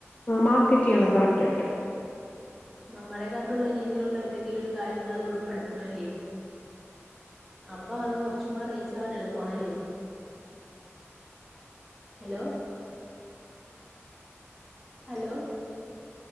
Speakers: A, on the left; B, in the centre.
A: മാർക്കറ്റ് ചെയ്യണം കറക്റ്റ് ആയിട്ട്
B: നമ്മടേതായിട്ടുള്ള രീതിയിലുള്ള എന്തെങ്കിലും ഒരു കാര്യങ്ങൾ അതിൽ ഉൾപ്പെടുത്തണംല്ലേ അപ്പൊ അത് കുറച്ചും കൂടെ റീച്ച് ആവാൻ എളുപ്പാണല്ലേ hello hello